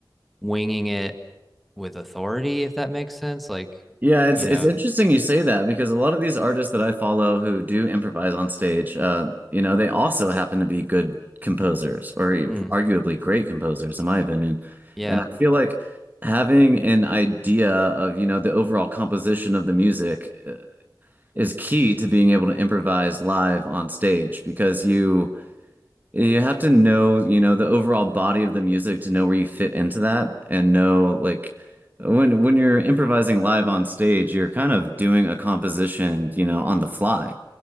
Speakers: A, in the centre; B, on the right.
A: winging it with authority if that makes sense like
B: Yeah, it's
A: you
B: it's
A: know
B: interesting you say that because a lot of these artists that I follow who do improvise on stage, uh, you know, they also happen to be good composers or e-
A: mm,
B: arguably great composers, in my opinion.
A: yeah
B: And I feel like having an idea of, you know, the overall composition of the music uh, is key to being able to improvise live on stage because you You have to know, you know, the overall body of the music to know where you fit into that and know like when when you're improvising live on stage, you're kind of doing a composition, you know, on the fly.